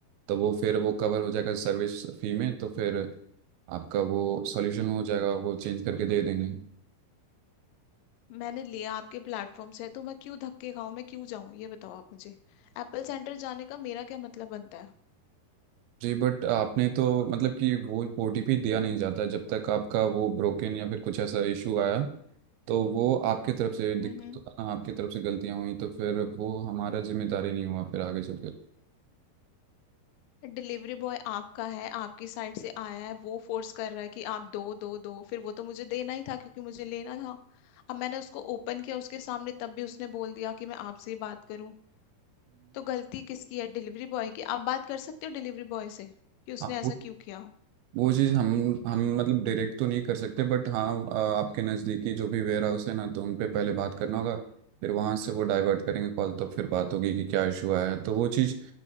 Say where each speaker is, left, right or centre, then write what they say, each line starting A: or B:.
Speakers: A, on the right; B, on the left.
A: तो वो फिर वो कवर हो जाएगा सर्विस फी में तो फिर आपका वो सॉल्यूशन हो जाएगा वो चेंज करके दे देंगे
B: मैंने लिया आपके प्लेटफॉर्म से तो मैं क्यों धक्के खाऊं मैं क्यों जाऊं ये बताओ आप मुझे एप्पल सेंटर जाने का मेरा क्या मतलब बनता है
A: जी बट आपने तो मतलब कि वो ओटीपी दिया नहीं जाता जब तक आपका वो ब्रोकन या फिर कुछ ऐसा इशू आया तो वो आपके तरफ से
B: हम्म
A: दिक- आपकी तरफ से गलतियाँ हुई तो फिर वो हमारा जिम्मेदारी नहीं हुआ फिर आगे चल के
B: डिलीवरी बॉय आपका है आपकी साइड से आया है वो फोर्स कर रहा है कि आप दो दो दो फिर वो तो मुझे देना ही था क्योंकि मुझे लेना था अब मैंने उसको ओपन किया उसके सामने तब भी उसने बोल दिया कि मैं आपसे ही बात करूं तो गलती किसकी है डिलीवरी बॉय की आप बात कर सकते हो डिलीवरी बॉय से कि उसने
A: हम्म
B: ऐसा क्यों किया
A: वो चीज़ हम हम मतलब डायरेक्ट तो नहीं कर सकते बट हाँ आ, आपके नज़दीकी जो भी वेयर हाउस है ना तो उन पे पहले बात करना होगा फिर वहाँ से वो डाइवर्ट करेंगे कॉल तो फिर बात होगी कि क्या इशू आया है तो वो चीज़